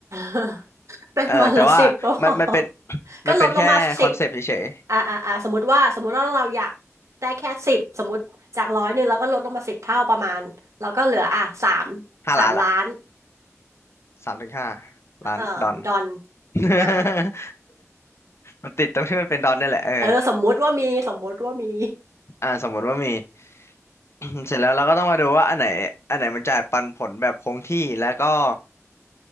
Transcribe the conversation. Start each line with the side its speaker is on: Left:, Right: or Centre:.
Right: <laughs> เป็นวันละสิบก็พอ
Left: เออแต่ว่ามันมันเป็น <coughs>
Right: ก็ลดลงมาสิบ
Left: มันเป็นแค่คอนเซปต์เฉย
Right: อ่าอ่าอ่าสมมติว่าสมมติว่าเราอยากได้แค่สิบ สมมติจากร้อยหนึ่งเราก็ลดลงมาสิบเท่าประมาณเราก็เหลืออ่ะสาม
Left: ๆห้าล้านละ
Right: สามล้าน
Left: สามถึงห้าล้านดอล
Right: เออดอน
Left: <laughs>
Right: อ่า
Left: มันติดตรงที่มันเป็นดอลนี่แหละเออ
Right: เออสมมุติว่ามีสมมุติว่ามี
Left: อ่าสมมุติว่ามี <coughs> เสร็จแล้วเราก็ต้องมาดูว่าอันไหนอันไหนมันจ่ายปันผลแบบคงที่แล้วก็